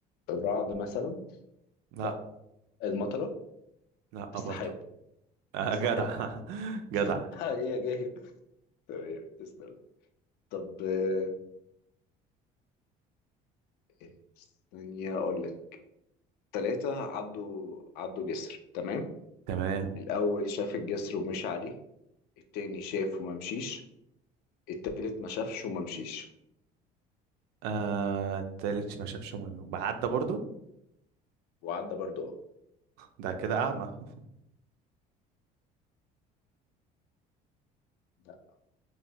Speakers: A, on the left; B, on the right.
A: الرعد مثلا
B: لا
A: لا المطرة
B: لا
A: السحاب
B: برضو آه
A: السحاب
B: جدع
A: <laughs>
B: <laughs> جدع
A: السحاب هي جاية تمام تسلم طب آه، إيه؟ ثانية أقول لك تلاتة عدوا عدوا جسر تمام
B: تمام
A: الأول شاف الجسر ومشي عليه التاني شاف وما مشيش التالت ما شافش وما مشيش
B: آه التالت ما شافش امي وبعدى برضو
A: وعدى برضه اه
B: ده كده اعمى <laughs>
A: لا